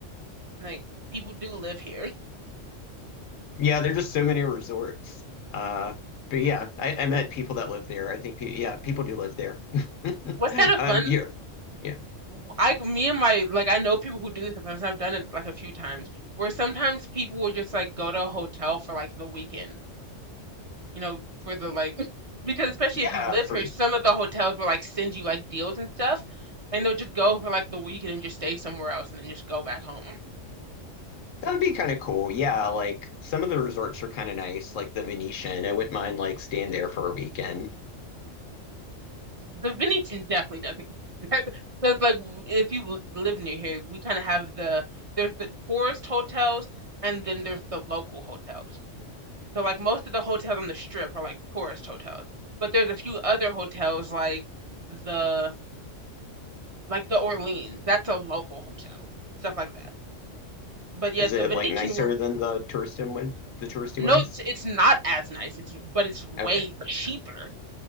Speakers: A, on the right; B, on the left.
A: Like, people do live here.
B: Yeah, there's just so many resorts. Uh, but yeah, I, I met people that live there. I think, pe yeah, people do live there. <laughs>
A: <laughs> What's kind of
B: Um,
A: fun,
B: you're, yeah,
A: w- I, me and my, like, I know people who do this sometimes. I've done it like a few times where sometimes people will just like go to a hotel for like the weekend. you know, for the like, because especially
B: yeah,
A: if you live
B: for
A: here, some of the hotels will like send you like deals and stuff, and they'll just go for like the weekend and just stay somewhere else and then just go back home.
B: That would be kind of cool. Yeah, like some of the resorts are kind of nice, like the Venetian. I wouldn't mind like staying there for a weekend.
A: The Venetian definitely doesn't. <laughs> Because like w- if you li- live near here, we kind of have the there's the tourist hotels and then there's the local hotels. So like most of the hotels on the strip are like tourist hotels, but there's a few other hotels like the like the Orleans. That's a local hotel, stuff like that. But yeah,
B: Is
A: the
B: it
A: Venetian
B: like nicer than the touristy one, the touristy
A: No,
B: ones?
A: it's it's not as nice. It's but it's way
B: Okay.
A: cheaper.